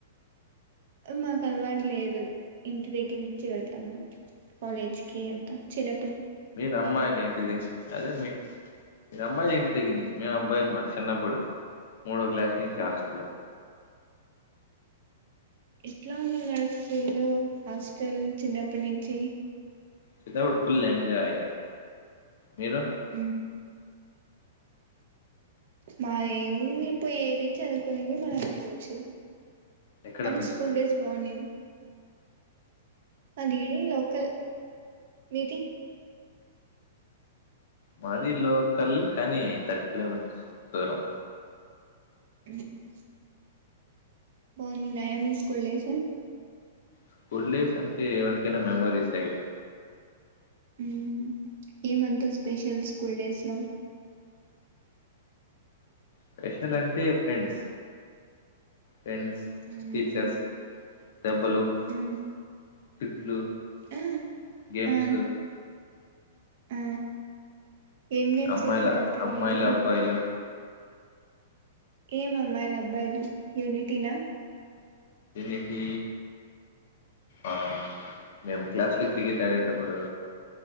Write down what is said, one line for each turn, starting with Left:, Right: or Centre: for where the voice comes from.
Right: మాకు అలవాటు లేదు ఇంటి దగ్గర నుంచి వెళ్తాం మేము కాలేజ్ కి అంతా చిన్న
Left: మీరు అమ్మాయిలు ఇంటిది అదే మీ మీరు అమ్మాయిలు ఇంటి దగ్గర నుంచి మేము అబ్బాయిలు మార్చ చిన్నప్పుడు మూడో క్లాస్ నుంచి హాస్టలే
Right: ఎట్లా ఉంది లైక్ స్కూలు హాస్టల్ చిన్నప్పటి నుంచి
Left: చిన్నప్పుడు ఫుల్ ఎంజాయ్ మీరు
Right: ఉ మాది ఏముంది పోయేది చదువుకునేది మళ్ళా ఇంటికి వచ్చేది
Left: ఎక్కడ
Right: కానీ
Left: మీరు
Right: స్కూల్ డేస్ బాగును అది ఇడే లోకల్ విది
Left: మాది లోకల్ కానీ థర్ కిలోమీటర్స్ దూరం
Right: హూహు బాంద్నాయా మీస్కలేఫ్ మ్
Left: స్కూల్ డేస్ అంటే ఎవర్కైనా మెమోరీసే గ
Right: ఉమ ఏమంత స్పెషల్స్ స్కూల్ డేస్లో
Left: స్పెషలంటే ఫ్రెండ్స్ ఫెండ్స్,
Right: ఉమ్
Left: టీచర్స్ దెబ్బలు,
Right: ఉమ్,
Left: తిట్లు
Right: ఆ
Left: గేమ్సు
Right: ఆ ఆ ఏం గేమ్స్
Left: అమ్మాయిలా
Right: ఎక్కువ ఆడతారు
Left: అమ్మాయిలబ్బాయిలు
Right: మీరు ఏ అమ్మాయిలబ్బాయిలు యూనిటీ న
Left: ఏటి ఆ మేమ్ క్లాస్లో క్రికెట్ ఆడేటప్పుడూ